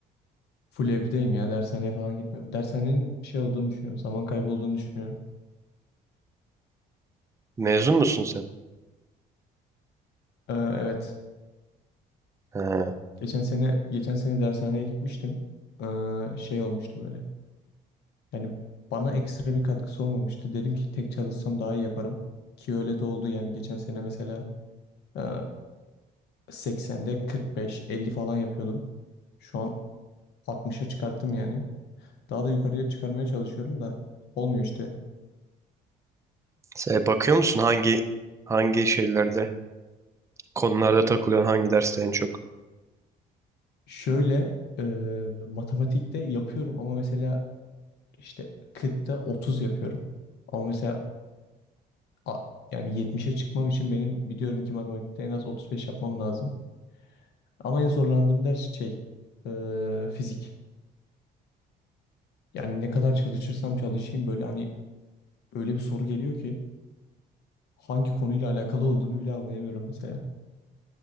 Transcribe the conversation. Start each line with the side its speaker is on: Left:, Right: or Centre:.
Left: Full evdeyim ya. Dershaneye falan gitmiyorum. Dershanenin bir şey olduğunu düşünüyorum. Zaman kaybı olduğunu düşünüyorum.
Right: Mezun musun sen?
Left: Ee, evet.
Right: Ha.
Left: Geçen sene geçen sene dershaneye gitmiştim. Ee, şey olmuştu böyle. Yani bana ekstra bir katkısı olmamıştı. Dedim ki tek çalışsam daha iyi yaparım. Ki öyle de oldu yani. Geçen sene mesela e, 80'de 45, 50 falan yapıyordum. Şu an 60'a çıkarttım yani. Daha da yukarıya çıkarmaya çalışıyorum da olmuyor işte.
Right: Sen bakıyor musun hangi hangi şeylerde, konularda takılıyorsun, hangi derste en çok?
Left: Şöyle e, matematikte yapıyorum ama mesela işte 40'ta 30 yapıyorum. Ama mesela a- yani 70'e çıkmam için benim biliyorum ki matematikte en az 35 yapmam lazım. Ama en zorlandığım ders şey e, fizik. Yani ne kadar çalışırsam çalışayım böyle hani öyle bir soru geliyor ki hangi konuyla alakalı olduğunu bile anlayamıyorum mesela.